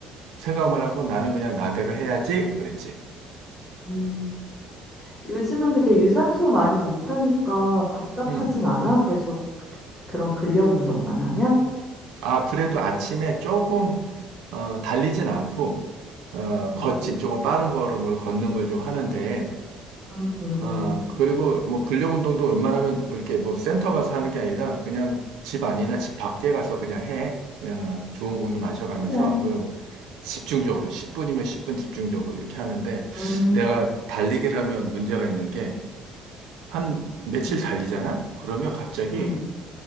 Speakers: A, on the right; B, in the centre.
A: 생각만 하고 나는 그냥 나대로 해야지 그랬지.
B: 음. 요즘은 근데 유산소 많이 못하니까 답답하진
A: 음.
B: 않아? 계속 그- 그런 근력 운동만 하면?
A: 아, 그래도 아침에 조금, 어, 달리진 않고, 어, 걷지.
B: 음,
A: 조금 빠른 걸음으로 걷는 걸 좀 하는데,
B: 음, 음,
A: 아,
B: 음.
A: 그리고 뭐 근력 운동도 웬만하면 그렇게 뭐 센터 가서 하는 게 아니라 그냥 집 안이나 집 밖에 가서 그냥 해. 어, 좋은 공기 마셔가면서
B: 그래.
A: 그리고 집중적으로 10분이면 10분 집중적으로 이렇게 하는데
B: 음,
A: 내가 달리기를 하면 문제가 있는 게 한 며칠
B: 음,
A: 달리잖아? 그러면 갑자기
B: 음,